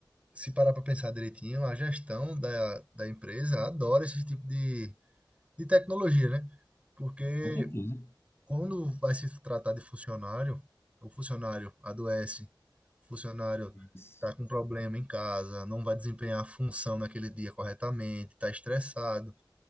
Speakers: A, on the right; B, on the left.
A: se parar para pensar direitinho, a gestão da, da empresa adora esse tipo de, de tecnologia, né? Porque
B: com certeza.
A: Quando vai se tratar de funcionário, o funcionário adoece, o funcionário
B: Isso.
A: está com problema em casa, não vai desempenhar a função naquele dia corretamente, está estressado,